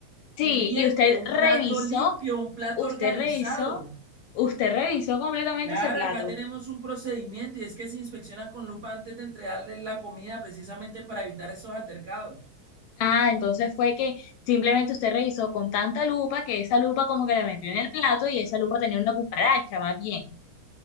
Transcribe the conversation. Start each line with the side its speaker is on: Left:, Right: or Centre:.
Right: pudiente,
Left: Sí, y usted
Right: un
Left: revisó.
Right: plato limpio, un plato
Left: Usted
Right: organizado.
Left: revisó, usted revisó completamente
Right: Claro,
Left: ese plato.
Right: acá tenemos un procedimiento y es que se inspecciona con lupa antes de entregarle la comida precisamente para evitar esos altercados.
Left: Ah, entonces fue que simplemente usted revisó con tanta lupa que esa lupa como que la metió en el plato y esa lupa tenía una cucaracha, más bien.